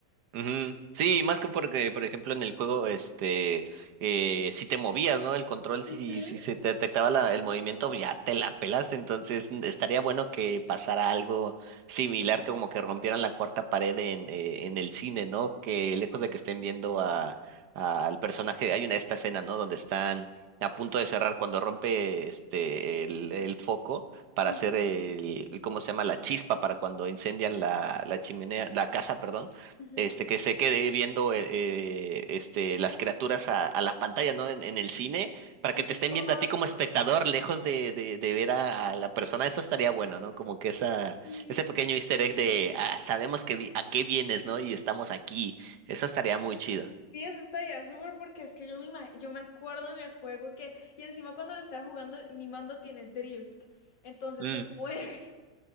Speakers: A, on the right; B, on the left.
A: Ujú. Sí, más que porque, por ejemplo, en el juego, este, eh, si te movías, ¿no? El control, si,
B: Ujú,
A: si se te detectaba la- el movimiento, ya te la pelaste. Entonces, n- estaría bueno que pasara algo similar, como que rompieran la cuarta pared en, eh, en el cine, ¿no? Que lejos de que estén viendo a, a- al personaje, hay una esta escena, ¿no? Donde están a punto de cerrar cuando rompe este el, el foco para
B: ujú,
A: hacer el, el- ¿cómo se llama? La chispa para cuando incendian la, la chimenea, la casa, perdón
B: ujú.
A: este, que se quede viendo eh, eh, este, las criaturas a, a la pantalla, ¿no? En, en el cine,
B: Sí,
A: para que te estén
B: oh,
A: viendo a ti como espectador, lejos de, de, de ver a, a la persona. Eso estaría bueno, ¿no? Como que esa,
B: sí.
A: ese pequeño easter egg de, ah, sabemos que vi- a qué vienes, ¿no? Y estamos aquí. Eso estaría muy chido.
B: Sí, eso estaría súper porque es que yo me, ima- yo me acuerdo en el juego que, y encima cuando lo estaba jugando, mi mando tiene drift, entonces
A: Mm,
B: se <laughs> mueve.